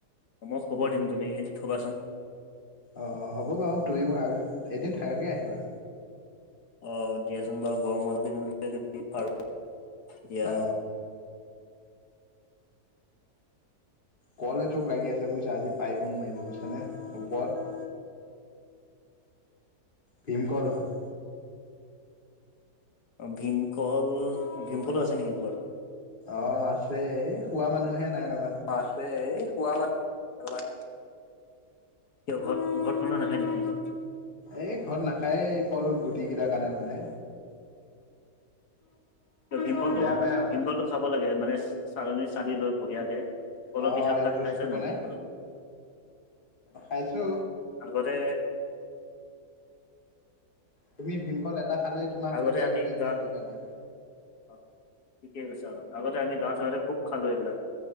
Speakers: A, on the left (about 85°); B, on the left (about 35°).
A: অ', মই খবৰ দিম তুমি থ'বাচোন।
B: অ', অ', হ'ব বাৰু, তুমি মোক, এদিন থাকাকে আহিবা।
A: অ', দিয়াচোন বাৰু গৰমৰ দিনলৈকে যদি পাৰোঁ তেতিয়া
B: অ কল এথোক লাগি আছে বুজিছা আজি পাৰিব নোৱাৰিলো বুজিছানে ওপৰত। ভীমকল হয়।
A: অ', ভীমকল, ভীমকলো আছে নেকি ঘৰত?
B: অ', আছে এই খোৱা মানুহে নাই ৰ'বা।
A: অ', আছে এই খোৱা মানুহ ৰ'বা। কিয়, ঘৰত ঘৰত কোনো নাখায় নেকি?
B: এই ঘৰত নাখায় কল গুটি কেইটা কাৰণে মানে।
A: ভীমকল,
B: বেয়া পাই আৰু
A: ভীমকলটো
B: মানে
A: খাব লাগে মানে চালনী চালি লৈ বঢ়িয়াকে। কলৰ
B: অ
A: পিঠা
B: এই
A: খাই
B: জুচটো
A: খাইছা নাই
B: বনাই
A: ভিমকলৰ
B: খাইছো
A: আগতে
B: তুমি ভীমকল এটা খালে তোমাৰ হৈ
A: আগতে
B: যায়
A: আমি
B: গোটেই
A: গাঁৱত
B: দিনটোৰ কাৰণে
A: অ', ঠিকে কৈছ অ', আগতে আমি গাঁৱত থাকোতে খুব খালোঁ এইবিলাক।